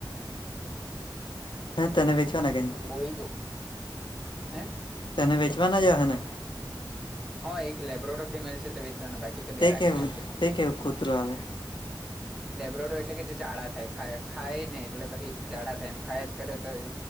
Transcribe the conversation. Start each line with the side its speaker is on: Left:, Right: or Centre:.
Centre: <inaudible>
Left: હ તેને વેચવાના કઈ
Centre: બોળી જો હે
Left: તેને વેચવાના જ હેને.
Centre: હ એક લેબ્રોડો ફિમેલ છે તે વેચવાના બાકી. તો બે
Left: તે
Centre: રાખેલા
Left: કેહેવું
Centre: છે
Left: તે કેહેવું કૂતરું આવે.
Centre: લેબ્રોડો એટલે કે ઝડા થાય ખાય ને એટલે પછ ઝડા થાય એમ ખાયા જ કરે તો.